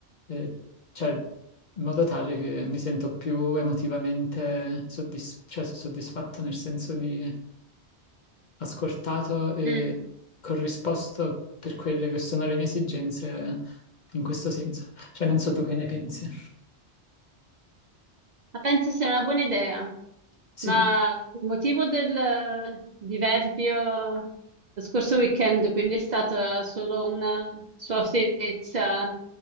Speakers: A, on the left; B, on the right.
A: eh, cioè, in modo tale che mi sento più emotivamente soddisf- cioè, so soddisfatto nel senso di ascoltato e
B: mm.
A: corrisposto per quelle che sono le mie esigenze in questo senso. Cioè, non so tu che ne pensi.
B: Ma penso sia una buona idea,
A: Sì.
B: ma il motivo del eh, diverbio lo scorso weekend, quindi è stata solo una sua ostinatezza